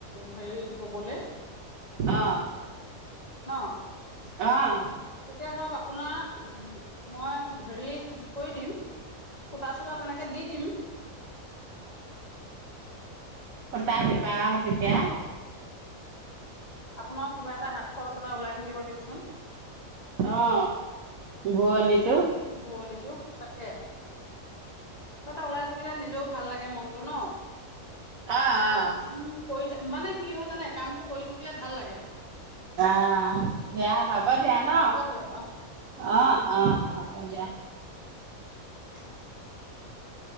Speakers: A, on the left; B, on the right.
A: হেৰি ববলে
B: অ
A: ন?
B: আহ
A: তেতিয়া ধৰক আপোনাৰ মই হেৰি কৰি দিম সূতা চূতা তেনেকে দি দিম
B: সূটা দিবাত কেতিয়া
A: অ', আপোনাৰ কিবা এটা হাত খৰচ এটা ওলাই থাক কি বা দিয়ক
B: অহ ভুৱ নীটো
A: বুৱনীটো তাকে কিবা এটা ওলাই থাকিলে নিজেও ভাল লাগে মনটো ন
B: অ'
A: আৰু
B: অ'।
A: ত কৈ থ মানে কি হয় জানে কামটো কৰি থাকিলে ভাল লাগে
B: অ বেয়া হ হ ব দিয়া ন
A: হ'ব দিয়ক অ
B: অ অ হব দিয়া
A: <inaudible>